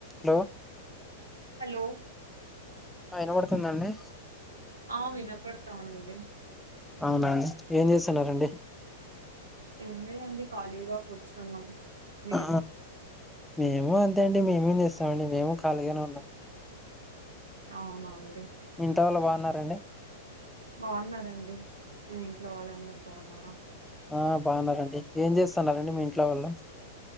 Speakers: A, in the centre; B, on the right (about 90°).
A: Hello
B: hello
A: ఆ వినపడుతుందండి
B: ఆ వినపడతాంది
A: అవునండి ఏం చేస్తున్నారండి
B: ఏం లేదండి ఖాళీగా కూర్చున్నాం మీరు
A: ఆ మేము అంతే అండి మేమే చేస్తామండి మేము ఖాళీగానే ఉన్నాం
B: అవునవునండి
A: మీ ఇంట వాళ్ళు బాగున్నారండి
B: బాగున్నారండి మీ ఇంట్లో వాళ్ళందరు బాగున్నారా
A: ఆ బాగున్నారండి ఏం చేస్తున్నారండి మీ ఇంట్లో వాళ్ళు